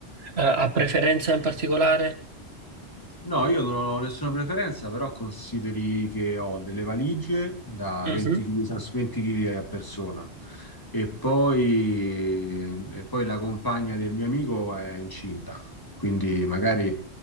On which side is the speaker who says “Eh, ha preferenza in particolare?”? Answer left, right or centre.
Right